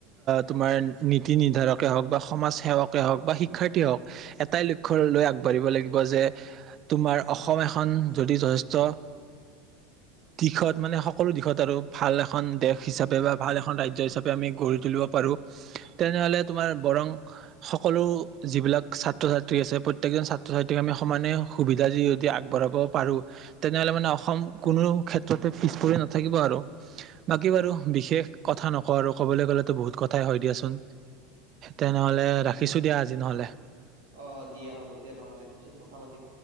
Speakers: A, on the right (about 45°); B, on the right (about 85°).
A: তোমাৰ নীতি নিৰ্ধাৰকে হওক বা সমাজ সেৱকে হওক বা শিক্ষাৰ্থীয়ে হওক। এটাই লক্ষ্য লৈ আগবাঢ়িব লাগিব যে তোমাৰ অসম এখন যদি যথেষ্ট দিশত মানে সকলো দিশত আৰু ভাল এখন দেশ হিচাপে বা ভাল এখন ৰাজ্য হিচাপে আমি গঢ়ি তুলিব পাৰো, তেনেহলে তোমাৰ বৰং সকলো যিবিলাক ছাত্ৰ-ছাত্ৰী আছে, প্ৰত্যেককজন ছাত্ৰ-ছাত্ৰীক আমি সমানে সুবিধা যদি আগবঢ়াব পাৰো তেনেহলে মানে অসম কোনো ক্ষেত্ৰতে পিছ পৰি নাথাকিব আৰু বাকী বাৰু বিশেষ কথা নকওঁ আৰু ক'বলৈ গ'লেতো বহুত কথাই হয় দিয়াচোন। তেনেহলে ৰাখিছো দিয়া আজি নহ'লে।
B: অ দিয়া, হ'ব দিয়া নহ'লে। পিছত কথা পাতিম।